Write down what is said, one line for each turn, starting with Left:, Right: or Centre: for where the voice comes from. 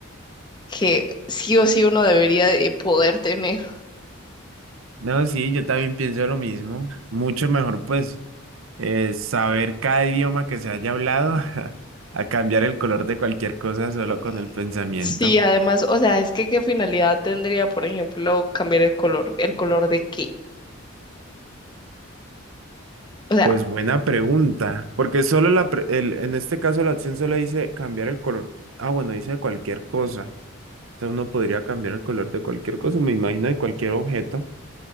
Left: que sí o sí uno debería de poder tener.
Right: No, sí, yo también pienso lo mismo. Mucho mejor, pues. eh, saber cada idioma que se haya hablado, <laughs> a cambiar el color de cualquier cosa solo
Left: Mm,
Right: con el pensamiento.
Left: Sí, además, o sea, es que qué finalidad tendría, por ejemplo, cambiar el color, el color de qué. O sea,
Right: Pues buena pregunta, porque solo la, pre- el- en este caso la acción solo dice cambiar el color. Ah, bueno, dice cualquier cosa. O sea, uno podría cambiar el color de cualquier cosa, me imagino de cualquier objeto,